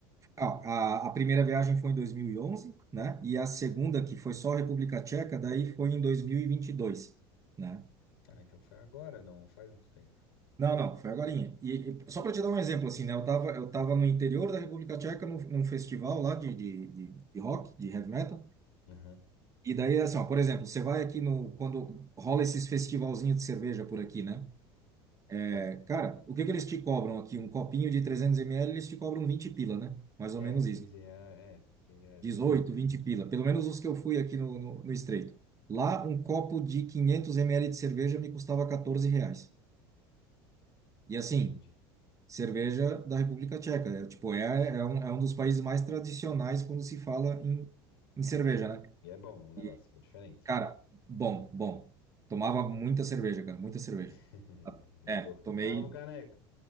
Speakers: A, on the right; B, on the left.
A: ah, a, a primeira viagem foi em dois mil e onze né? E a segunda, que foi só República Tcheca, daí foi em dois mil e e vinte e dois né?
B: Ah, então foi agora, não faz muito tempo.
A: Não, não, foi agorinha. E, e só para te dar um exemplo, assim, né? Eu tava, eu tava no interior da República Tcheca, num, num festival lá de, de, de, de rock, de heavy metal.
B: Aham.
A: E daí, assim, ó, por exemplo, você vai aqui no. Quando rola esses festivalzinhos de cerveja por aqui, né? É,
B: Tá.
A: cara, o que que eles te cobram aqui? Um copinho de 300 ml, eles te cobram 20 pila, né? Mais ou
B: É,
A: menos
B: 15
A: isso.
B: reais, é, 15 reais
A: 18,
B: mais ou menos.
A: 20 pila. Pelo menos os que eu fui aqui no, no, no Estreito. Lá, um copo de 500 ml de cerveja me custava 14 reais. E assim.
B: Entendi.
A: cerveja da República Tcheca. É, tipo, é, é, um, é um dos países mais tradicionais quando se fala em, em cerveja, né?
B: E é bom o negócio,
A: E,
B: é diferente.
A: cara, bom, bom. Tomava muita cerveja, cara, muita cerveja.
B: <laughs> Entortava
A: É, tomei.
B: o caneco.